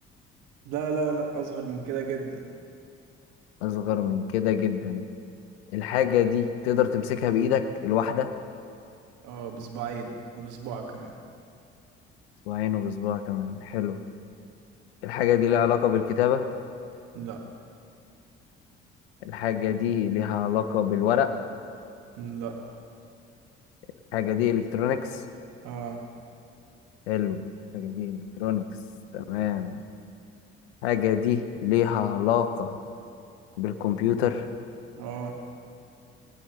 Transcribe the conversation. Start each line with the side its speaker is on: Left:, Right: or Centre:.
Right: لا لا لا اصغر من كده جدا
Left: اصغر من كده جدا الحاجه دي تقدر تمسكها بايدك الواحده
Right: اه بصباعين وبصباع كمان
Left: وعينه بصباعها كمان حلو الحاجه دي ليها علاقه بالكتابه
Right: لا
Left: الحاجه دي ليها علاقه بالورق
Right: لا
Left: الحاجه دي الكترونيكس
Right: اه
Left: حلو الحاجه دي الكترونيكس تمام الحاجه دي ليها علاقه بالكمبيوتر
Right: اه